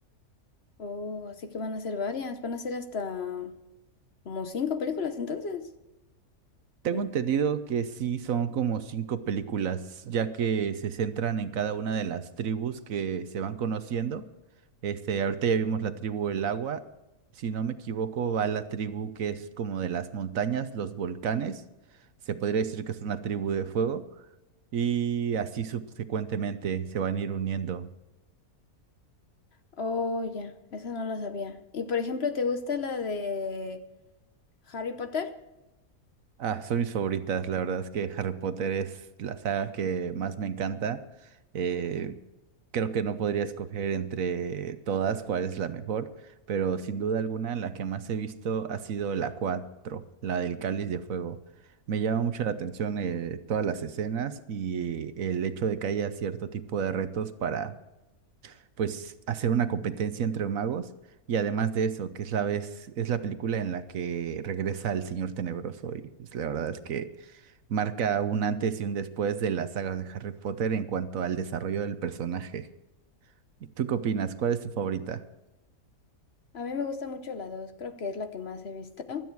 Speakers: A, on the left; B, on the right.
A: Oh, así que van a ser varias, van a ser hasta como cinco películas entonces.
B: Tengo
A: No.
B: entendido que sí son como cinco películas, ya que se centran en cada una de las tribus que se van conociendo. Este, ahorita ya vimos la tribu del agua. Si no me equivoco, va la tribu que es como de las montañas, los volcanes. Se podría decir que es una tribu de fuego. Y así subsecuentemente se van a ir uniendo.
A: Oh, ya, esa no la sabía. Y por ejemplo, ¿te gusta la de Harry Potter?
B: Ah, son mis favoritas. La verdad es que Harry Potter es la saga que más me encanta. Eh, creo que no podría escoger entre todas cuál es la mejor, pero sin duda alguna la que más he visto ha sido la 4, la del Cáliz de Fuego. Me llama mucho la atención eh, todas las escenas y el hecho de que haya cierto tipo de retos para pues hacer una competencia entre magos y además de eso, que es la vez, es la película en la que regresa el Señor Tenebroso y pues la verdad es que marca un antes y un después de las sagas de Harry Potter en cuanto al desarrollo del personaje. ¿Y tú qué opinas? ¿Cuál es tu favorita?
A: A mí me gusta mucho la dos, creo que es la que más he visto.